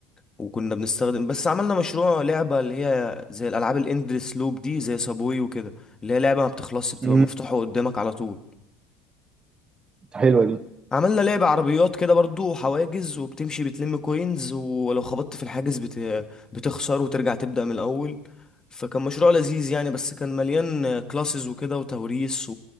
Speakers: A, on the left; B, on the right.
A: وكنا بنستخدم بس عملنا مشروع لعبة اللي هي زي الالعاب الاندلس لوب دي زي سابوي وكده اللي هي لعبة ما بتخلصش بتبقى
B: امم
A: مفتوحة قدامك على طول
B: حلوه دي
A: عملنا لعبة عربيات كده برضو حواجز وبتمشي بتلم كوينز ولو خبطت في الحاجز بت... بتخسر وترجع تبدأ من الأول فكان مشروع لذيذ يعني بس كان مليان كلاسز وكده وتوريث